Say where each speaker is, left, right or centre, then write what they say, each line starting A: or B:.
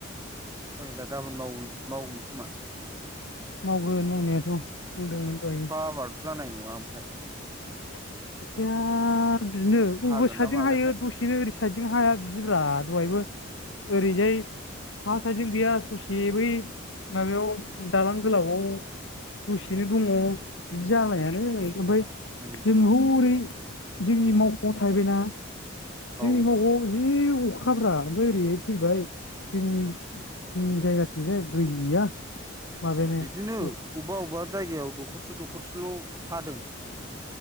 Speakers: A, on the right; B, on the left.
A: ओ दा गाबोन मावो मावगोन खोमा
B: मावगोन मावनायाथ' बुंदोंमोन दहायो।
A: अखा हाबाथ' जानाय नङा ओमफाय
B: अखाया बिनो अबेबा
A: हागोन
B: साइदजों
A: ना मागोनथाय
B: हायो दसेनो ओरैस साइदजों हाया बिदिब्रा दहायबो ओरैजाय हा साइदजों गैया ससे बै माबायाव दालां गोलावआव दसेनो दङ बिद जानायानो ओमफाय
A: उम
B: जों हरै जोंनि मावख'आव थाहैबायना जोंनि
A: औ
B: मावख'आव जिउ अखाब्रा ओमफाय ओरैहाय फैबाय जोंनि जोंनि जायगाथिंजाय गैया। माबायानो
A: बिदिनो
B: ओ
A: अब्बा अब्बा जायगायाव दखरसे दखरसेल' हादों